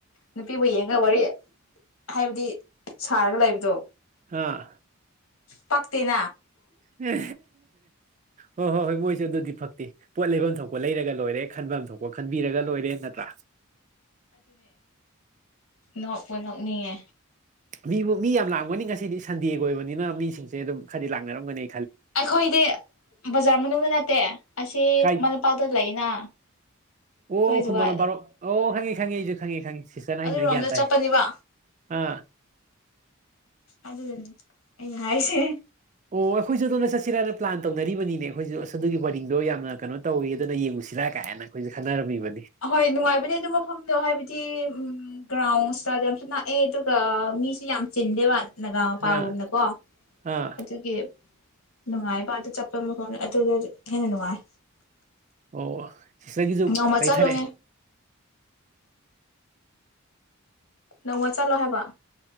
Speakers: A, on the left; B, on the right.
A: ꯅꯨꯄꯤꯕꯨ ꯌꯦꯡꯉꯒ ꯋꯥꯔꯤ ꯍꯥꯏꯕꯗꯤ ꯁꯥꯔꯒ ꯂꯩꯕꯗꯣ
B: ꯑꯥ
A: ꯄꯥꯛ ꯇꯅ
B: ꯍꯣꯏ ꯍꯣꯏ ꯍꯣꯏ ꯃꯣꯏꯁꯨꯦ ꯑꯗꯨꯗꯤ ꯐꯛꯇꯦ ꯄꯣꯠ ꯂꯩꯐꯝ ꯊꯣꯛꯄ ꯂꯩꯔꯒ ꯂꯣꯏꯔꯦ ꯈꯟꯕ ꯊꯣꯛꯄ ꯈꯟꯕꯤꯔꯒ ꯂꯣꯏꯔꯦ ꯅꯠꯇ꯭ꯔꯥ
A: ꯅꯣꯛ ꯄꯅꯣꯛꯅꯤꯌꯦ
B: ꯃꯤꯕꯨ ꯃꯤ ꯌꯥꯝ ꯂꯥꯡꯒꯅꯤ ꯉꯁꯤꯗꯤ ꯁꯟꯗꯦꯒꯤ ꯑꯣꯏꯕꯅꯤꯅ ꯃꯤꯁꯤꯡꯁꯦ ꯑꯗꯨꯝ ꯈꯔꯗꯤ ꯂꯥꯡꯅꯔꯝꯒꯅꯤ
A: ꯑꯩꯈꯣꯏꯗꯤ ꯕꯖꯥꯔ ꯃꯅꯨꯡꯗ ꯅꯠꯇꯦ ꯑꯁꯤ
B: ꯀꯥꯏ
A: ꯈꯨꯃꯟ ꯂꯝꯄꯥꯛꯇ ꯂꯩꯅ
B: ꯑꯣ
A: ꯑꯗꯨꯋꯥꯏꯖꯨꯒ
B: ꯈꯨꯝꯕꯔꯔꯣ ꯑꯣ ꯈꯪꯉꯤ ꯈꯥꯉꯤꯁꯨ ꯈꯪꯉꯤ ꯈꯉꯤ ꯁꯁꯅ
A: ꯑꯗꯨꯔꯣꯝꯗ
B: ꯍꯥꯏ ꯃꯤꯔꯒꯇꯥꯏ
A: ꯆꯠꯄꯅꯦꯕ
B: ꯑ
A: ꯑꯗꯨꯗꯅꯤ ꯑꯩꯅ ꯍꯥꯏꯔꯤꯁꯦ
B: ꯑꯣ ꯑꯩꯈꯣꯏꯁꯨ ꯑꯗꯣꯅ ꯆꯠꯁꯤꯔꯥꯅ ꯄ꯭ꯂꯥꯟ ꯇꯧꯅꯔꯤꯕꯅꯤꯅꯦ ꯑꯩꯈꯣꯏꯁꯨ ꯑꯁ ꯑꯗꯨꯒꯤ ꯋꯥꯔꯤꯡꯗꯣ ꯌꯥꯝꯅ ꯀꯩꯅꯣ ꯇꯧꯋꯤ ꯑꯗꯨꯅ ꯌꯦꯡ ꯁꯤꯗ ꯀꯥꯏꯅ ꯑꯩꯈꯣꯏꯁ ꯈꯟꯅꯔꯝꯃꯤꯕ
A: ꯑꯍꯣꯏ ꯅꯨꯡꯉꯥꯏꯕꯅꯦ ꯑꯗꯨ ꯃꯐꯝꯗꯣ ꯍꯥꯏꯕꯗꯤ ꯎ ꯒ꯭ꯔꯥꯎꯟꯁ ꯆꯗ ꯌꯥꯝꯁꯨꯑ ꯑꯗꯨꯒ ꯃꯤꯁꯨꯦ ꯌꯥꯝ ꯆꯤꯟꯗꯦ ꯋꯥꯅꯤ ꯒꯥ ꯃꯄꯥꯒꯨꯝꯅꯀꯣ
B: ꯑꯥ ꯑꯥ
A: ꯑꯗꯨꯒꯤ ꯅꯨꯡꯉꯥꯏꯕ ꯑꯗꯨ ꯆꯠꯄ ꯃꯐꯝ ꯑꯗꯨꯗ ꯍꯦꯟꯅ ꯅꯨꯡꯉꯥꯏ
B: ꯑꯣ ꯏꯆꯒꯤꯁꯨ
A: ꯅꯣꯡꯃ
B: ꯂꯩꯊꯔꯛꯑꯦ
A: ꯆꯠꯂꯣꯅꯦ ꯅꯣꯡꯃ ꯆꯠꯂꯣ ꯍꯥꯏꯕ